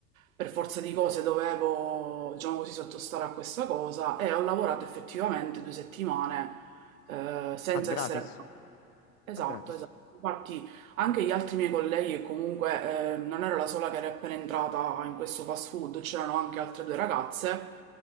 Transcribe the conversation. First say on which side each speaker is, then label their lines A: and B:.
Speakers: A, on the right; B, on the left.
A: per forza di cose dovevo, diciamo così, sottostare a questa cosa e ho lavorato effettivamente due settimane, eh, senza
B: A gratis,
A: essere Esatto,
B: a gratis.
A: esatto. Infatti anche gli altri miei colleghi, e comunque eh, non ero la sola che era appena entrata in questo fast food, c'erano anche altre due ragazze,